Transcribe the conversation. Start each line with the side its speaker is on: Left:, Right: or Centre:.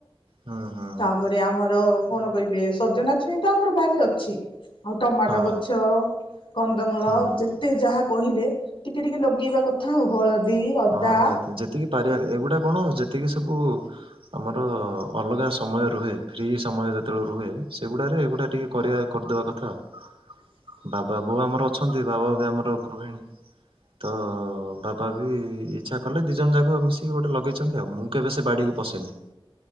Right: ହୁଁ ହୁଁ
Left: ତାପରେ
Right: ହୁଁ
Left: ଆମର। କଣ କହିବେ ସଜନା ଛୁଇଁ ତ ଆମର ବାରି ରେ ଅଛି। ଆଉ ଟମାଟୋ
Right: ହଁ
Left: ଗଛ
Right: ହଁ
Left: କନ୍ଦମୂଳ
Right: ହୁଁ ହୁଁ
Left: ଯେତେ ଯାହା। କହିଲେ ଟିକେ ଟିକେ ଲଗେଇବା କଥା ଆଉ ହଳଦୀ। ଅଦା
Right: ହଁ ନିହାତି ଯେତିକି ପାରିବା ଏଗୁଡା କଣ ଯେତିକି ସବୁ ଆମର। ଅଲଗା ସମୟ ରୁହେ ଫ୍ରି ସମୟ ଯେତେ ବେଳେ ରୁହେ ସେଗୁଡ଼ା ରେ ଏଗୁଡ଼ା ଟିକେ କରିବା କରିଦେବା କଥା ଆଉ।।
Left: ହଁ
Right: ବାବା ବୋଉ ଆମର ଅଛନ୍ତି ବାବା ବି ଆମର ଗୃହିଣୀ ତ ବାବା। ବି ଇଚ୍ଛା କଲେ ଦି ଜଣ ଯାକ ମିଶିକି ଗୋଟେ ଲଗେଇଛନ୍ତି ଆଉ ମୁଁ କେବେ ସେ ବାଡିକୁ ପସେନି।